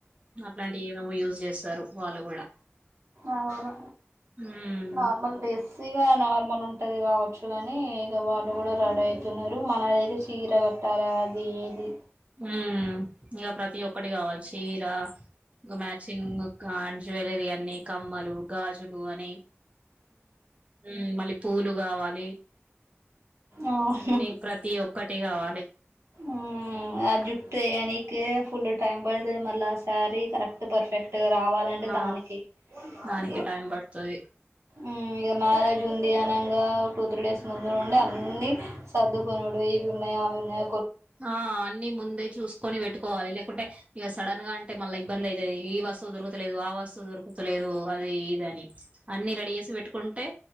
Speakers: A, on the right (about 30°); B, on the right (about 90°).
A: అట్లాంటివి ఏమేమో యూజ్ చేస్తారు వాళ్ళు కూడా
B: అవును
A: మ్మ్
B: నార్మల్ డ్రెస్సీగా నార్మల్ ఉంటది కావచ్చు కాని ఇగ వాళ్ళు కూడా రడి అవుతున్నారు మనదైతే చీర కట్టాలి అది ఇది
A: మ్ ఇగ ప్రతి ఒక్కటి కావాలి చీర ఇగ క మ్యాచింగ్ గ జ్యువెలరీ అన్ని కమ్మలు గాజులు అని మ్ మళ్ళీ పూలు కావాలి
B: అవును
A: అన్నిీ ప్రతి ఒక్కటి కావాలి
B: మ్ ఆ జుట్టు వేయనికే ఫుల్ టైమ్ పడుతది మళ్ళ సారీ కరెక్ట్ పర్ఫెక్ట్ టు రావాలంటే
A: ఆ
B: దానికి
A: దానికి
B: ఇ
A: టైం పడుతది
B: ఉమ్ ఇగ మ్యారేజ్ ట ఉంది అనంగా టూ త్రీ డేస్ ముందునుండే అన్ని సర్దుకునుడు ఇవి ఉన్నయ అవి ఉన్నయ
A: ఆ అన్ని ముందే చూసుకొని వేట్టుకోవాలి లేకుంటే ఇగ సడన్ గా అంటే మళ్ళా ఇబ్బంది అయ్ తది ఈ వస్తువు దొరకతలేదు ఆ వస్తువు దొరకతలేదు అది ఈదని అన్ని రెడీ ఏసి పెట్టుకుంటే